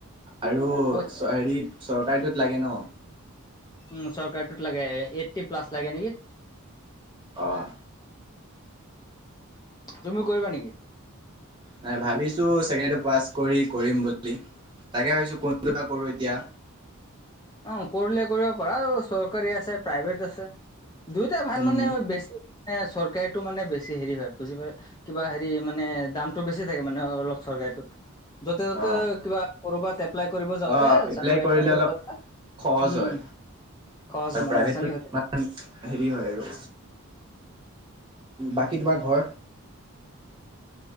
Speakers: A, on the right (about 20°); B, on the left (about 20°).
A: আৰু
B: পই
A: চ হেৰিত চৰকাৰীটোত লাগে ন।
B: উ চৰকাৰীটোত লাগে এইট্টী প্লাছ লাগে নেকি।
A: অঁ।
B: তুমিও কৰিবা নেকি
A: নাই ভাবিছো ছেকেণ্ডৰী পাছ কৰি কৰিম বুলি তাকে ভাবিছো কোনটো বা কৰো এতিয়া
B: অ কৰিলে কৰিব পাৰা চৰকাৰী আছে প্ৰাইভেট আছে দুইটা ভাল
A: উম,
B: মানে বেছি মানে চৰকাৰটো মানে বেছি হেৰি হয় বুজি পাই কিবা হেৰি মানে দামটো বেছি থাকে মানে অলপ চৰকাৰিটোত য'তে ত'তে
A: অ'
B: কিবা কৰবাত এপ্লাই কৰিব যাওঁতে
A: অ'
B: চাকৰি
A: কৰিলে
B: এপ্লাই কৰিব
A: অলপ সহজ
B: উম,
A: হয়
B: সহজ
A: আৰু
B: হয় মানে
A: প্ৰাইভেট
B: আচানি
A: ইমান
B: হৈ থাকে।
A: হেৰি হয় আৰু বাকী তোমাৰ ঘৰ